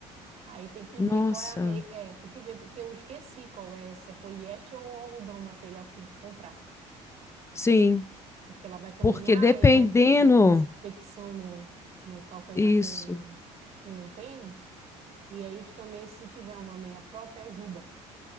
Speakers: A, on the right (about 50°); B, on the left (about 20°).
A: Aí tem que
B: Nossa,
A: ver qual é a meia, é, tem que ver porque eu esqueci qual é, se é poliéster ou algodão o material que tem que comprar,
B: sim,
A: porque ela vai caminhar
B: porque dependendo
A: e vai vai ter esse flexão no no calcanhar
B: isso,
A: com com o tênis, e é isso também se tiver uma meia própria ajuda.